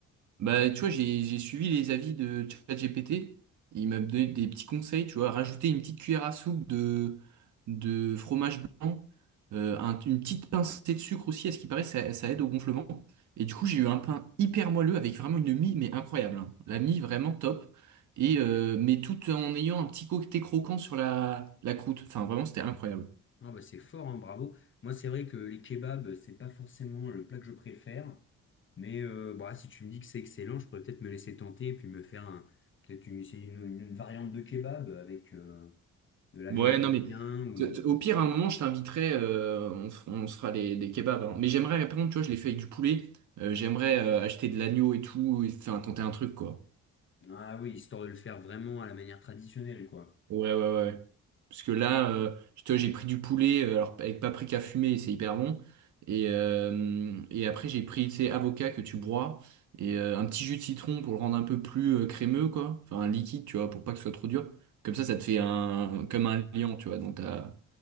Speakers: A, on the right; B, on the left.
A: Bah, tu vois, j'ai j'ai suivi les avis de ChatGPT. Il m'a donné des petits conseils, tu vois, rajouter une petite cuillère à soupe de, de fromage blanc, euh, un- une petite pincée de sucre aussi, à ce qui paraît, ça, ça aide au gonflement. Et du coup, j'ai eu un pain hyper moelleux avec vraiment une mie, mais incroyable. hein. La mie, vraiment top. Et, euh, mais tout en ayant un petit côté croquant sur la, la croûte. Enfin, vraiment, c'était incroyable.
B: Ah bah c'est fort, hein, bravo. Moi, c'est vrai que les kebabs, c'est pas forcément le plat que je préfère. Mais euh, bah, si tu me dis que c'est excellent, je pourrais peut-être me laisser tenter et puis me faire un- peut-être une, essayer une, une- une variante de kebab avec euh, de la
A: Ouais,
B: viande de
A: non, mais
B: chien ou...
A: t- t- au pire, à un moment, je t'inviterai, euh, on, f- on se fera les, des kebabs. hein. Mais j'aimerais, par contre, tu vois, je l'ai fait avec du poulet. euh, j'aimerais euh, acheter de l'agneau et tout, et faire tenter un truc, quoi.
B: Ah oui, histoire de le faire vraiment à la manière traditionnelle, quoi.
A: Ouais, ouais, ouais. Parce que là, euh, je te- j'ai pris du poulet, euh, alors avec paprika fumé, c'est hyper bon. Et, euh, et après, j'ai pris, tu sais, avocat que tu broies, et euh, un petit jus de citron pour le rendre un peu plus euh, crémeux, quoi. Enfin, un liquide, tu vois, pour pas que ce soit trop dur. Comme ça, ça te fait un, comme un liant, tu vois, dans ta,